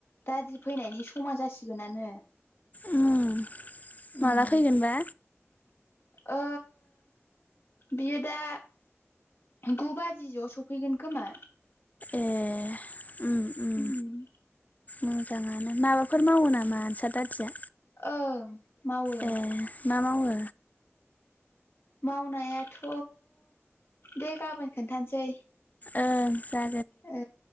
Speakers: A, on the left; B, on the left.
A: दादि फैनायनि समा जासिगोनानो।
B: उम
A: उम
B: माला फैगोनबा।
A: ओ बियो दा गु बाजि ज' सफैगोन खोमा।
B: ए उम उम
A: उम
B: मोजाङानो माबाफोर मावो नामा नोसा दादिया?
A: ओं मावो।
B: ए मा मावो
A: मावनायाथ' दे गाबोन खोन्थानोसै।
B: ओं जा
A: ओ।